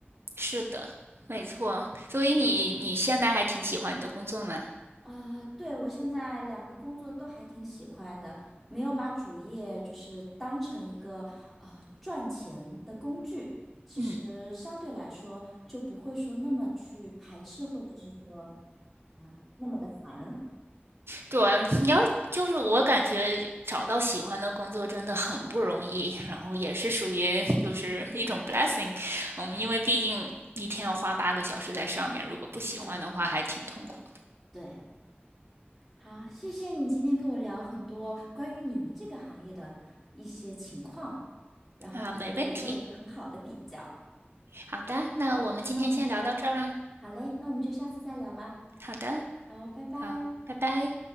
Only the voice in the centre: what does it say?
啊，对，我现在两个工作都还挺喜欢的，没有把主业就是当成一个呃赚钱的工具，其实相对来说就不会说那么去排斥，
或者是说啊、呃那么的烦。
对呀。
对。好，谢谢你今天跟我聊很多关于你们这个行业的一些情况，然后我们我们做了一个很好的比较。
那我们就，好嘞，那我们就下次再聊吧。
好，拜拜。